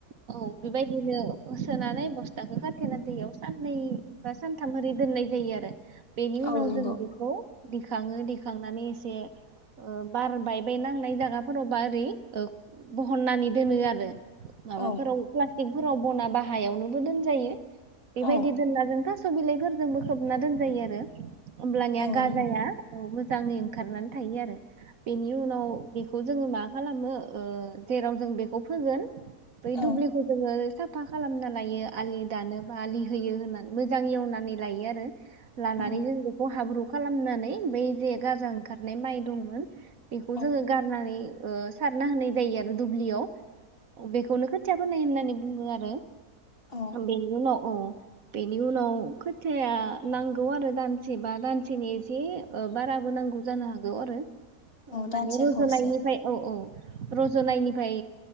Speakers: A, on the right; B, on the left.
A: औ बेबायदिनो हो सोनानै बस्थाखौ खाथेना दैयाव साननै बा सानथाम ओरै दोननाय जायो आरो बेनि उनाव
B: औ नंगौ
A: जों बेखौ' दिखाङो दिखांनानै एसे ओ बार बायबाय नांनाय जागाफोरावबा ओरै ओ बहननानै दोनो आरो। माबाफोराव
B: औ
A: प्लाटिक फोराव बना बा हायावनो बो दोनजायो बेबायदि
B: औ
A: दोनना जों थास' बिलाइ फोरजों बो खोबना दोनजायो आरो होमब्लानिया
B: औ
A: गाजाया
B: नंगौ
A: औ मोजां मोजाङै ओंखारनानै थायो आरो बेनि उनाव बेखौ जोङो मा खालामो ओ जेराव जों बेखौ फोगोन बै
B: औ
A: दुब्लि खौ जोङो साफा खालामना लायो आलि दानो बा आलि होयो होननानै मोजां एवनानै लायो आरो लानानै
B: औ
A: जों बेखौ हाब्रु खालामनानै बै जे गाजा ओंखारनाय माइ दंमोन बेखौ
B: औ
A: जोङो गारनानै ओ सारना होनाय जायो आरो दुब्लियाव बेखौनो खोथियाफोनाय होननानै बुङो आरो
B: औ
A: बेनि उनाव ओ बेनि उनाव खोथिया नांगौ आरो दानसे बा दानसेनि एसे ओ बाराबो नांगौ जानो हागौ आरो। औ माने
B: दानसे
A: रुजुनायनिफ्राय
B: खावसे
A: औ औ रज'नायनिफ्राय